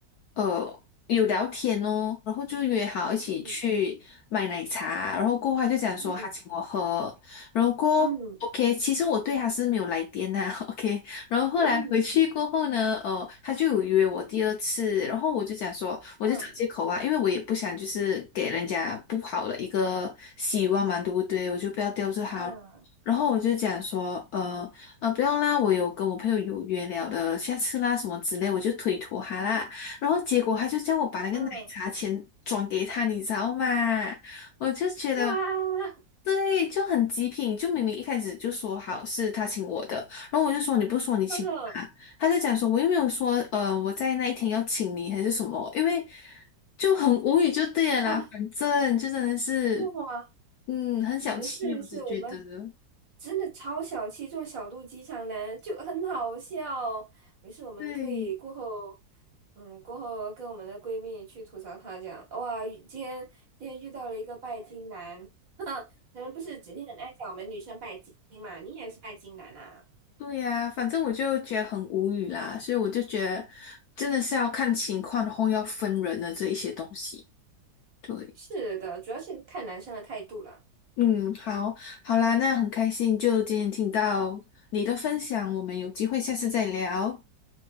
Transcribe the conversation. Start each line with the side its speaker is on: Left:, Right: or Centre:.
Left: 呃有聊天哦，然后就约好一起去买奶茶，
Right: 嗯
Left: 然后过后他就讲说他请我喝，
Right: 嗯
Left: 然后过后
Right: 嗯
Left: OK，其实我对他是没有来电呐、<laughs> o k 然后后来回去过后呢，
Right: 嗯
Left: 呃，他就有约我第二次，然后我就讲说，我就找借口啊，
Right: 嗯
Left: 因为我也不想就是给人家不好的一个希望嘛，对不对？我就不要吊着他。
Right: 嗯
Left: 然后我就讲说，呃呃，不用啦，我有跟我朋友有约了的，下次啦什么之类，我就推脱他啦。然后结果他就叫我把那个奶茶钱转给他，
Right: 嗯，
Left: 你知道吗？我就觉得。
Right: 哇，
Left: 对，就很极品，就明明一开始就说好是他请我的，然后我就说你不是说你请啊？
Right: 嗯。
Left: 他就讲说我又没有说，呃，我在那一天要请你还是什么，因为就很无语就对了啦，
Right: 哇，
Left: 反正就真的是，
Right: 哇，
Left: 嗯，很小气，
Right: 没事没事，
Left: 我只觉得，
Right: 我们真的超小气，这种小肚鸡肠男就很好笑。没事，我们可以过后，
Left: 对
Right: 嗯，过后跟我们的闺蜜去吐槽他，讲哇，今天今天遇到了一个拜金男，男人不是整天很爱讲我们女生拜金嘛？你也是拜金男啊？
Left: 对呀、反正我就觉得很无语啦，所以我就觉得真的是要看情况，然后要分人的这一些东西，对，
Right: 是的，主要是看男生的态度了。
Left: 嗯，好，好啦，那很开心，就今天听到你的分享，我们有机会下次再聊，